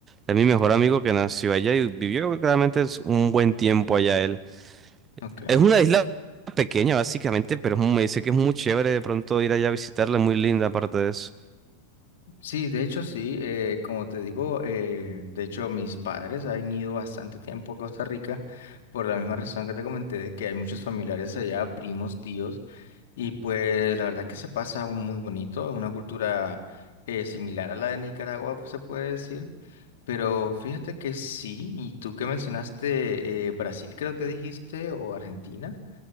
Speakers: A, on the right; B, on the left.
A: es mi mejor amigo que nació allá y vivió claramente es un buen tiempo allá él.
B: okay
A: Es una isla pequeña básicamente, pero es un- me dice que es muy chévere de pronto ir allá a visitarla, muy linda aparte de eso.
B: Sí, de hecho sí, eh, como te digo, eh, de hecho mis padres han ido bastante tiempo a Costa Rica por la misma razón que te comenté, de que hay muchos familiares allá, primos, tíos. Y pues la verdad que se pasa un muy bonito, es una cultura eh, similar a la de Nicaragua, se puede decir. Pero fíjate que sí, y tú que mencionaste eh, Brasil, creo que dijiste, o Argentina,